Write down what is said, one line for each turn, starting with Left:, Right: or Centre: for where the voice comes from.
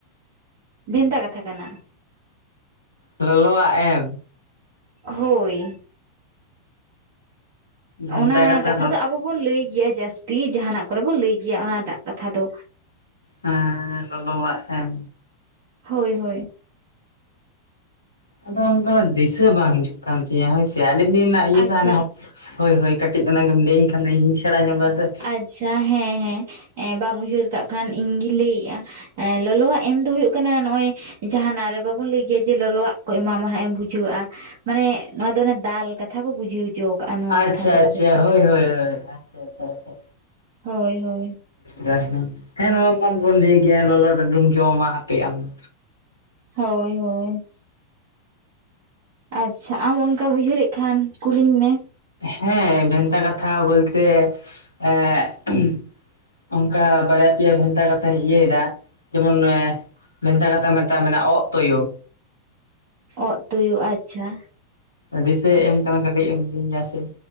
Right: ᱵᱷᱮᱱᱛᱟ ᱠᱟᱛᱷᱟ ᱠᱟᱱᱟ
Left: ᱞᱚᱞᱚᱣᱟᱜ ᱮᱢ
Right: ᱦᱳᱭ
Left: ᱵᱷᱮᱱᱛᱟ
Right: ᱚᱱᱟ ᱠᱟᱛᱷᱟ
Left: ᱞᱚ
Right: ᱫᱚ ᱟᱵᱚ ᱵᱚᱱ ᱞᱟᱹᱭ ᱜᱮᱭᱟ ᱡᱟᱹᱥᱛᱤ ᱡᱟᱦᱟᱱᱟᱜ ᱠᱚᱨᱮ ᱵᱚᱱ ᱞᱟᱹᱭ ᱜᱮᱭᱟ ᱚᱱᱟᱴᱟᱜ ᱠᱟᱛᱷᱟ ᱫᱚ
Left: ᱦᱮᱸ ᱞᱚᱞᱚᱣᱟᱜ ᱮᱢ
Right: ᱦᱳᱭ ᱦᱳᱭ
Left: ᱟᱫᱚ ᱚᱱᱟ ᱫᱚ ᱫᱤᱥᱟᱹ ᱵᱟᱝ ᱦᱤᱡᱩᱜ ᱠᱟᱱ ᱛᱤᱧᱟᱹ ᱦᱳᱭ ᱥᱮ ᱟᱹᱰᱤ ᱫᱤᱱ ᱨᱮᱱᱟᱜ ᱤᱭᱟᱹ
Right: ᱟᱪᱪᱷᱟ
Left: ᱦᱳᱭ ᱦᱳᱭ ᱠᱟᱹᱴᱤᱡ ᱚᱱᱟ ᱜᱮᱢ ᱞᱟᱹᱭᱟᱹᱧ ᱠᱷᱟᱱ ᱫᱚ ᱤᱧ ᱦᱚ ᱥᱮᱬᱟ ᱧᱚᱜᱟ ᱥᱮ
Right: ᱟᱪᱪᱷᱟ ᱦᱮᱸ ᱦᱮᱸ ᱵᱟᱢ ᱩᱭᱦᱟᱹᱨ ᱠᱟᱜ ᱠᱷᱟᱱ ᱤᱧᱜᱤᱧ ᱞᱟᱹᱭᱮᱜᱼᱟ ᱮ ᱞᱚᱞᱚᱣᱟᱜ ᱮᱢ ᱫᱚ ᱦᱩᱭᱩᱜ ᱠᱟᱱᱟ ᱱᱚᱜᱼᱚᱭ ᱡᱟᱦᱟᱱᱟᱜ ᱨᱮ ᱵᱟᱵᱚᱱ ᱞᱟᱹᱭ ᱜᱮᱭᱟ ᱡᱮ ᱞᱚᱞᱚᱣᱟᱜ ᱠᱚ ᱮᱢᱟᱢᱟ ᱦᱟᱸᱜ ᱮᱢ ᱵᱩᱡᱷᱟᱹᱣᱼᱟ ᱢᱟᱱᱮ ᱱᱚᱣᱟ ᱫᱚ ᱚᱱᱮ ᱫᱟᱞ ᱠᱟᱛᱷᱟ ᱠᱚ ᱵᱩᱡᱷᱟᱹᱣ ᱦᱚᱪᱚ ᱠᱟᱜᱼᱟ ᱱᱚᱣᱟ
Left: ᱟᱪᱪᱷᱟ
Right: ᱠᱟᱛᱷᱟ ᱛᱟᱞᱟ
Left: ᱟᱪᱪᱷᱟ
Right: ᱛᱮᱫᱚ
Left: ᱦᱳᱭ ᱦᱳᱭ ᱟᱪᱪᱷᱟ ᱟᱪᱪᱷᱟ
Right: ᱦᱳᱭ ᱦᱳᱭ
Left: ᱚᱱᱟᱧ <unintelligible> ᱦᱮᱸ ᱱᱚᱣᱟ ᱢᱟᱵᱚᱱ ᱞᱟᱹᱭ ᱜᱮᱭᱟ ᱞᱚᱞᱚ ᱰᱟᱰᱩᱢ ᱡᱚᱢᱟ ᱦᱟᱯᱮ ᱟᱢ ᱫᱚ
Right: ᱦᱳᱭ ᱦᱳᱭ ᱟᱪᱪᱷᱟ ᱟᱢ ᱚᱱᱠᱟᱢ ᱩᱭᱦᱟᱹᱨᱮᱫ ᱠᱷᱟᱱ ᱠᱩᱞᱤᱧ ᱢᱮ᱾
Left: ᱦᱮᱸ ᱵᱷᱮᱱᱛᱟ ᱠᱟᱛᱷᱟ ᱵᱚᱞᱛᱮ <unintelligible> ᱚᱱᱠᱟ ᱵᱟᱨᱭᱟ ᱯᱮᱭᱟ ᱵᱷᱮᱱᱛᱟ ᱠᱟᱛᱷᱟᱧ ᱤᱭᱟᱹᱭᱮᱫᱟ ᱡᱮᱢᱚᱱ <unintelligible> ᱵᱷᱮᱱᱛᱟ ᱠᱟᱛᱷᱟ ᱢᱤᱫᱴᱟᱝ ᱢᱮᱱᱟᱜ-ᱟ ᱚᱸᱜ ᱛᱩᱭᱩ᱾
Right: ᱚᱸᱜ ᱛᱩᱭᱩ ᱟᱪᱪᱷᱟ
Left: ᱫᱤᱥᱟᱹᱭ ᱮᱢ ᱠᱟᱱᱟ ᱠᱟᱹᱴᱤᱡ ᱮᱢ ᱤᱫᱤᱧᱟ ᱥᱮ